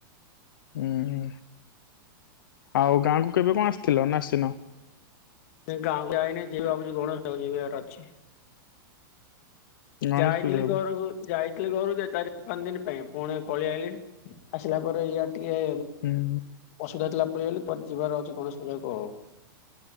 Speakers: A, on the left; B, on the left.
A: ହୁଁ ଆଉ ଗାଁକୁ କେବେ କଣ ଆସିଥିଲ ନା ଆସିନ।
B: ନାଇ ଗାଁକୁ ଯାଇନି ଯିବା ଗଣେଶ ପୂଜା କୁ ଯିବାର ଅଛି।
A: ଗଣେଶ
B: ଯାଇଥିଲି
A: ପୂଜାକୁ?
B: ଘରକୁ ଯାଇ ଆଥିଲି ଘରୁ ଚାରି ପାଞ୍ଚ ଦିନ ପାଇଁ ପୁଣି ପଳେଇଆଇଲି ଆସିଲା ପରେ ଇଆ ଟିକେ
A: ହୁଁ
B: ଅସୁବିଧା ଥିଲା। ପଳେଇଲେ ତୋ ଯିବାର ଅଛି ଗଣେଶ ପୂଜା କୁ ଆଉ